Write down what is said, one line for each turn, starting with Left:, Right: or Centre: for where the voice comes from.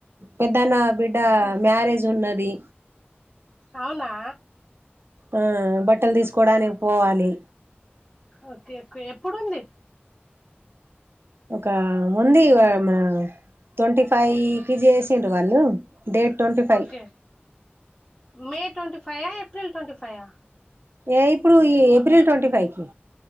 Right: పెద్దన్న బిడ్డ మ్యారేజ్ ఉన్నది
Left: అవునా
Right: ఆ బట్టలు తీసుకోవడానికి పోవాలి
Left: ఓకే ఓకే ఎప్పుడుంది
Right: ఒక ముంది ఇగా మా ట్వంటీ ఫైవ్ కి చేసిండ్రు వాళ్ళు date twenty five
Left: okay May twenty five అ ఏప్రిల్ ట్వెంటీఫైవ్ అ
Right: ఏ ఇప్పుడు ఈ ఏప్రిల్ ట్వెంటీఫైవ్ కి